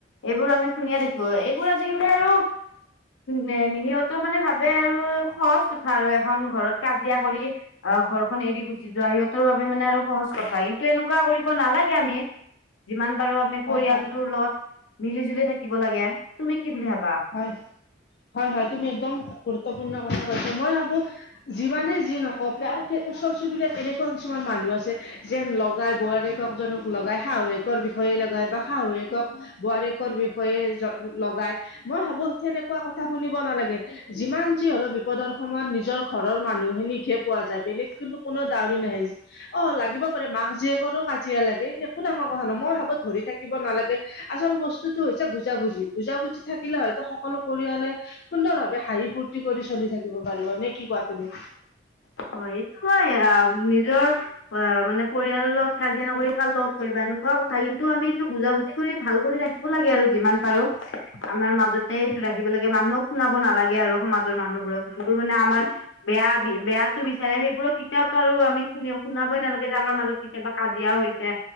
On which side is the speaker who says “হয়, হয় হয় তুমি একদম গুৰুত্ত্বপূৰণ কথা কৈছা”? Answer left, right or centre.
Left